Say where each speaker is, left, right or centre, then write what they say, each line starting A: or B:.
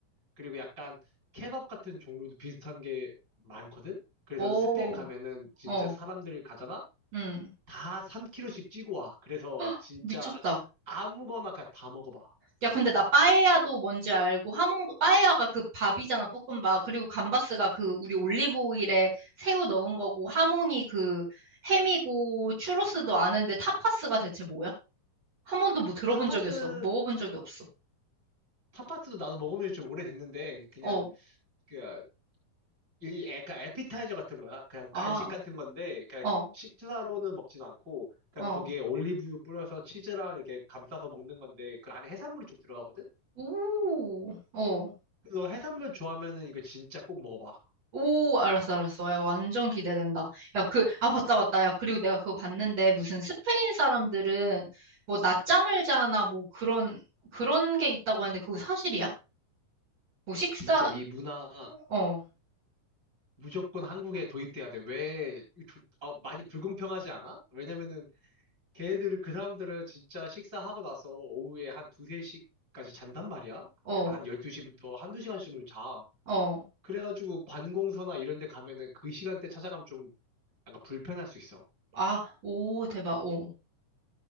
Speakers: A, on the right; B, on the right.
A: 그리고 약간 케밥 같은 종류도 비슷한 게 많거든? 그래서
B: 오,
A: 스페인 가면은 진짜
B: 어,
A: 사람들이 가잖아?
B: 응.
A: 다 3kg씩 찌고 와. 그래서 진짜
B: <gasps> 미쳤다.
A: 아무거나 그냥 다 먹어봐.
B: 야, 근데 나 빠에야도 뭔지 알고 하몽도 빠에야가 그 밥이잖아, 볶음밥. 그리고 감바스가 그 우리 올리브 오일에 새우 넣은 거고 하몽이 그 햄이고 추로스도 아는데 타파스가 대체 뭐야? 한 번도 뭐 들어본
A: 타파스,
B: 적이 없어. 먹어본 적이 없어.
A: 타파스도 나도 먹으면 좀 오래됐는데, 그냥,
B: 어,
A: 그, 이 약간 에피타이저 같은 거야. 그냥
B: 아,
A: 간식 같은 건데, 그냥
B: 어,
A: 식사로는 먹진 않고, 그냥
B: 어.
A: 거기에 올리브유 뿌려서 치즈랑 이렇게 감싸서 먹는 건데, 그 안에 해산물이 좀 들어가거든?
B: 오, 어.
A: 그래서 너 해산물 좋아하면은 이거 진짜 꼭 먹어봐.
B: 오, 알았어, 알았어. 야, 완전 기대된다. 야, 그, 아, 맞다, 맞다. 야, 그리고 내가 그거 봤는데, 무슨 스페인 사람들은 뭐 낮잠을 자나 뭐 그런, 그런 게 있다고 하는데, 그거 사실이야? 뭐 식사,
A: 진짜 이 문화
B: 어,
A: 무조건 한국에 도입돼야 돼. 왜, 조- 어, 많이 불공평하지 않아? 왜냐면은 걔들, 그 사람들은 진짜 식사하고 나서 오후에 한 두세 시까지 잔단 말이야?
B: 어,
A: 한 12시부터 한두 시간씩을 자.
B: 어.
A: 그래가지고 관공서나 이런 데 가면은 그 시간대 찾아가면 좀 약간 불편할 수 있어.
B: 아, 오, 대박, 오.